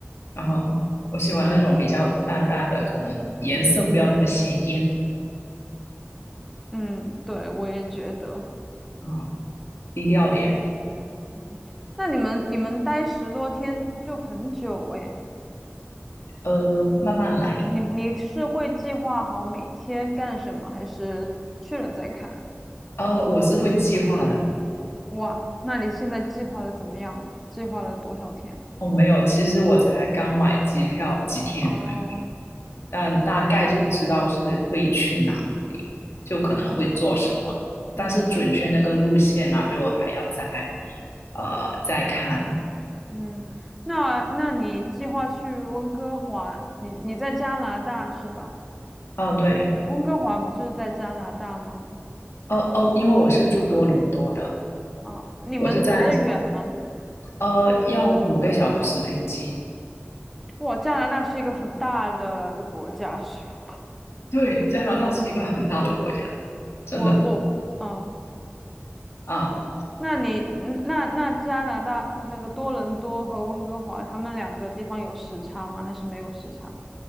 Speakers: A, on the left; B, in the centre.
A: 啊、我喜欢那种比较淡淡的，可能颜色不要那么鲜艳
B: 嗯，对，我也觉得。
A: 啊、低调点，
B: 嗯，那你们你们待十多天就很久诶。
A: 呃，慢慢来，
B: 你你是会计划好每天干什么，还是去了再看？
A: 呃，我是会计划的。
B: 哇，那你现在计划的怎么样了计划了多少天？
A: 我哦没有，其实我才刚买机票几天而已。
B: 哦，
A: 但大概就知道是会去哪里，就可能会做什么，
B: 嗯
A: 但是准确那个路线呢、啊就还要再呃再看。
B: 嗯，那那你计划去温哥华？你你在加拿大是吧？
A: 哦，对，
B: 温哥华不就是在加拿大吗？
A: 哦哦，因为我是住多伦多的，
B: 啊、你们隔得远吗？
A: 我是在呃要五个小时飞机。
B: 哇，加拿大是一个很大的国家，是吧？
A: 对，加拿大是一个很大的国家，真的
B: 我我嗯，
A: 啊，
B: 那你嗯那那加拿大那个多伦多和温哥华，他们两个地方有时差吗？还是没有时差？